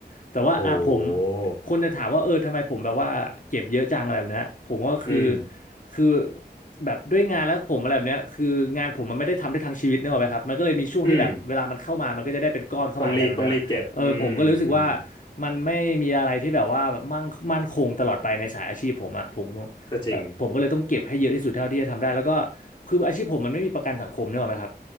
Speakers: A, on the left (about 50°); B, on the left (about 25°).
A: แต่ว่าอ่ะผม
B: โอ้
A: คนจะถามว่าเออทำไมผมแบบว่าเก็บเยอะจังอะไรแบบเนี้ยผมก็คือ
B: อืม
A: คือแบบด้วยงานแล้วผมอะไรแบบเนี้ยคืองานผมมันไม่ได้ทำได้ทั้งชีวิตเนกอะไหมครับมันก็เลยมีช่วงที่แบบเวลามันเข้ามามันก็จะได้เป็นก้อนเข้ามาอะไรแบบนั้นอ่ะเออผมก็เลยรู้สึกว่า
B: อืมต้องรีบต้องรีบเก็บอืมอืม
A: มันไม่มีอะไรที่แบบว่ามั่งมั่นคงตลอดไปในสายอาชีพผมอ่ะผม
B: ก็จริง
A: แล้วผมก็เลยต้องเก็บให้เยอะที่สุดเท่าที่จะทำได้แล้วก็คืออาชีพผมมันไม่มีประกันสังคมเนกอะไหมครับ